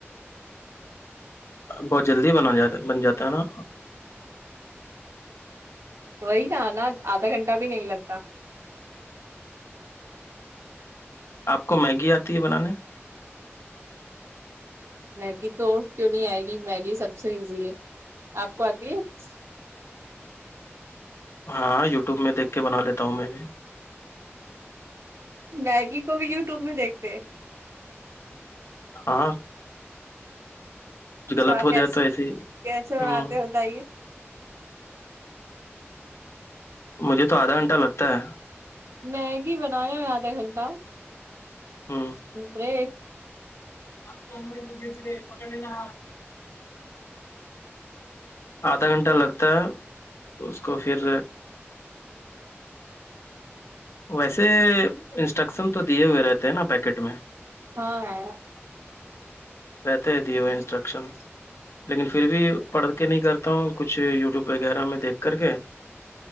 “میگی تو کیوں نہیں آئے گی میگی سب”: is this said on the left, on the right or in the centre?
Right